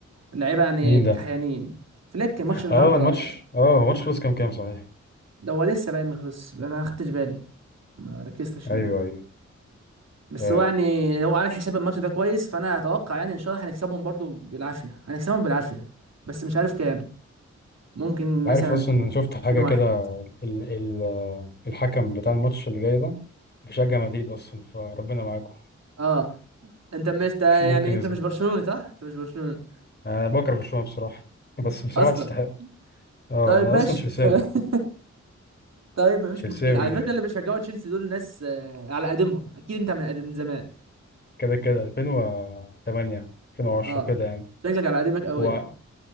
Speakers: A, on the right; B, on the left.
A: اللعيبه يعني
B: مين ده
A: كحيانين فليك ماتش النهارده
B: اه الماتش اه هو الماتش خلص كام كام صحيح
A: ده هو لسه باين ما خلص انا ما خدتش بالي ما ركزتش
B: ايوه
A: يعني
B: ايوه
A: بس
B: آه،
A: هو يعني هو عامل حساب الماتش ده كويس فانا اتوقع يعني ان شاء الله هنكسبهم برضو بالعافيه هنكسبهم بالعافيه بس مش عارف كام ممكن
B: عارف
A: مثلا
B: اصلا انا شفت حاجه
A: 2 واحد
B: كده ال ال آه، الحكم بتاع الماتش اللي جاي ده بيشجع مدريد اصلا فربنا معاكم
A: اه انت مش انت
B: <laughs>
A: يعني
B: ممكن
A: انت
B: يظلم
A: مش برشلوني صح انت مش برشلوني
B: انا بكره برشلونه بصراحه بس بصراحه
A: اصلا
B: تستحقه اه
A: طيب
B: انا
A: ماشي
B: اصلا تشيلساوي
A: تمام. <laughs> طيب مفيش
B: تشيلساوي
A: مشكله على فكره اللي بيشجعوا تشيلسي دول ناس آه، على قديمهم اكيد انت من قديم من زمان
B: كده كده 2008 2010
A: اه
B: كده يعني
A: شكلك على قديمك قوي
B: و...
A: يعني